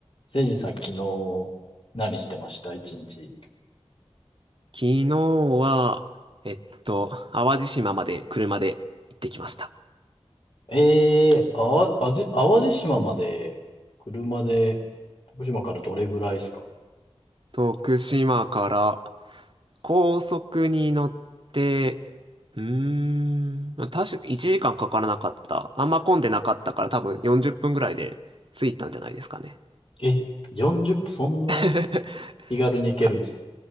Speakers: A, on the left; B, on the right.
A: せいじさん、昨日、何してました一日。
B: 昨日は、えっと、淡路島まで車で行ってきました。
A: ええーあ、あじ、淡路島まで、車で、徳島からどれぐらいですか
B: 徳島から高速に乗って、うーん、確か1時間かんかからなかった。あんま混んでなかったから多分40分ぐらいで着いたんじゃないですかね。
A: え、40分、そんな
B: <laughs>
A: 気軽に行けるんですね。
B: あ、